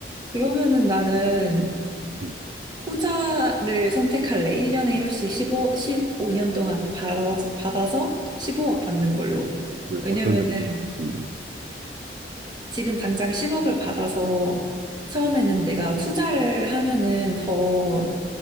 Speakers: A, on the right (about 25°); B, on the right (about 45°).
A: 그러면은 나는
B: 음.
A: 후자를 선택할래. 1년에 1억씩 15, 십오 십오 년 동안 받아, 받아서 15억 받는 걸로.
B: 왜
A: 왜냐면은
B: 어떤 점에서? 음, 음.
A: 지금 당장 10억을 받아서 처음에는 내가 투자를 하면은 더